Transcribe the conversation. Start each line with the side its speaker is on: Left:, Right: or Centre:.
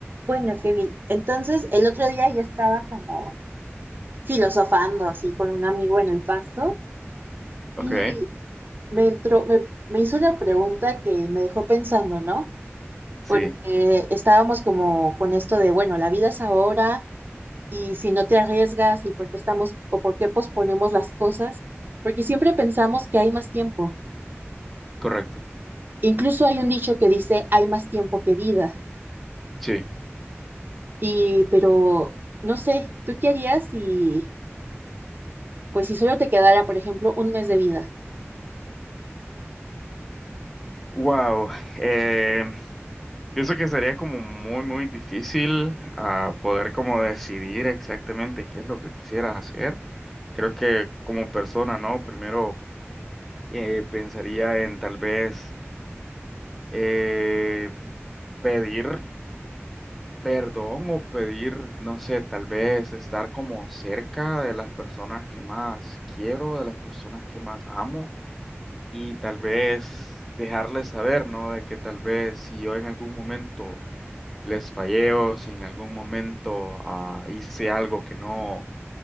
Right: Bueno, qué bien. Entonces, el otro día yo estaba como filosofando así con un amigo en el pasto
Centre: Ok,
Right: y me entró, me, me hizo una pregunta que me dejó pensando, ¿no?
Centre: sí,
Right: Porque estábamos como con esto de, bueno, la vida es ahora y si no te arriesgas y por qué estamos o por qué posponemos las cosas, porque siempre pensamos que hay más tiempo.
Centre: correcto.
Right: Incluso hay un dicho que dice, hay más tiempo que vida.
Centre: Sí.
Right: Y, pero, no sé, ¿tú qué harías si... pues si solo te quedara, por ejemplo, un mes de vida,
Centre: Wow. eh, pienso que sería como muy, muy difícil ah, poder como decidir exactamente qué es lo que quisieras hacer. Creo que como persona, ¿no? Primero eh, pensaría en tal vez eh, pedir perdón o pedir, no sé, tal vez estar como cerca de las personas que más quiero, de las personas que más amo. y tal vez dejarles saber, ¿no? De que tal vez si yo en algún momento les fallé o si en algún momento ah, hice algo que no,